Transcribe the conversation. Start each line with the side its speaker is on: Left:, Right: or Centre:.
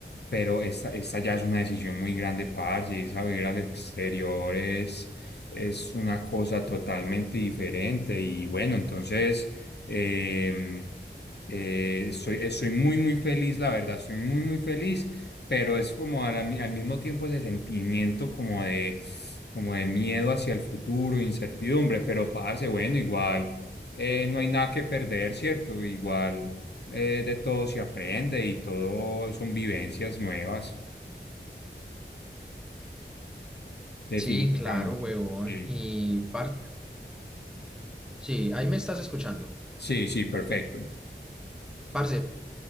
Left: pero esta, esta ya es una decisión muy grande, parce, irse a vivir al exterior es, es una cosa totalmente diferente y bueno, entonces em, eh, eh, estoy, estoy muy, muy feliz, la verdad, estoy muy, muy feliz, pero es como a la mi- al, mismo tiempo ese sentimiento como de, como de miedo hacia el futuro, incertidumbre, pero parce, bueno, igual eh, no hay nada que perder, ¿cierto? Igual eh, de todo se aprende y todo son vivencias nuevas, definitivamente.
Centre: Sí, claro, huevón.
Left: Sí,
Centre: Y, parce, sí, ahí me estás escuchando.
Left: sí, sí, perfecto.
Centre: Parce,